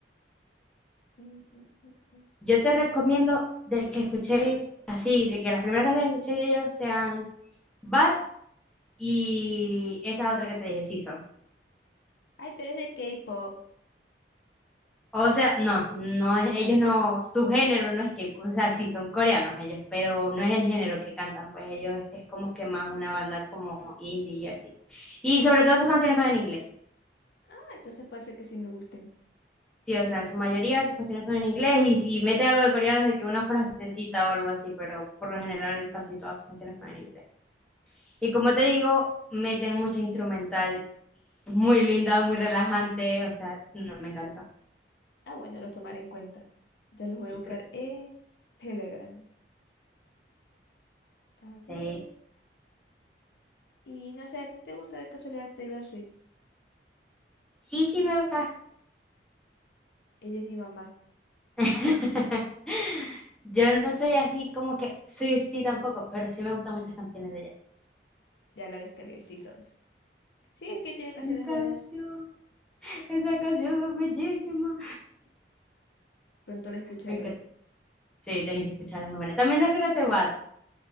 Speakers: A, on the left; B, in the centre.
A: Mm, mm, mm, mm.
B: Yo te recomiendo de que escuché así, de que las primeras canciones que escuché de ellos sean... Bad y esa otra que te dije, Seasons.
A: Ay, pero es de K-pop.
B: O sea, no, no
A: <laughs>
B: es, ellos no, su género no es K-pop, o sea, sí, son coreanos ellos, pero no es el género que cantan, pues ellos es como que más una banda como indie y así. Y sobre todo sus canciones son en inglés,
A: Ah, entonces puede ser que sí me gusten.
B: sí, o sea, en su mayoría sus canciones son en inglés y si meten algo de coreano es de que una frasecita o algo así, pero por lo general casi todas sus canciones son en inglés. Y como te digo, meten mucho instrumental, muy linda, muy relajante, o sea, no, me encanta,
A: Ah, bueno, los tomaré en cuenta. Ya los
B: sí,
A: voy a buscar
B: creo,
A: en Telegram. A
B: sí.
A: ver. Y no sé, ¿a ti te gusta de casualidad Taylor Swift?
B: Sí, sí me gusta.
A: Ella es mi mamá.
B: <laughs> Yo no soy así como que Swiftie tampoco, pero sí me gustan muchas canciones de ella.
A: Ya la descargué Seasons. Sí, es que tiene canciones
B: Mi canción,
A: buenas.
B: esa canción es bellísima.
A: Pronto la escucharé.
B: Me encanta. Sí, tenéis que escucharlas muy buenas. También descárgate Bad,